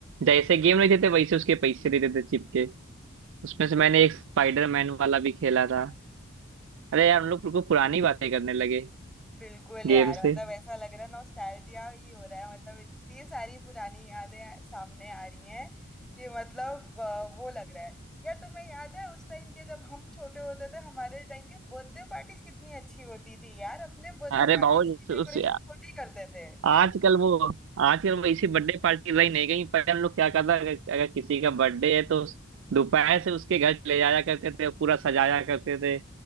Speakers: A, on the right; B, in the centre.
A: जैसे गेम रहते थे वैसे उसके पैसे देते थे चिप के उसमें से मैंने एक स्पाइडरमैन वाला भी खेला था अरे यार हम लोग बिल्कुल पुरानी बातें करने लगे
B: बिल्कुल यार
A: गेम से
B: मतलब ऐसा लग रहा है नॉस्टैल्जिया ही हो रहा है मतलब इतनी सारी पुरानी यादें आ- सामने आ रही हैं कि मतलब अ, वो लग रहा है यार तुम्हें याद है उस टाइम के जब हम छोटे होते थे हमारे टाइम के बर्थडे पार्टीज कितनी अच्छी होती थी यार अपने बर्थडे
A: अरे
B: पार्टीज
A: बहुत
B: की
A: उस,
B: डेकोरेशन
A: उस
B: खुद ही करते थे
A: आजकल वो आजकल वो इसी बर्थडे पार्टी रही नहीं गई पहले हम लोग क्या करता अगर, अगर किसी का बर्थडे है तो उस- दोपहर से उसके घर ले जाया करते थे पूरा सजाया करते थे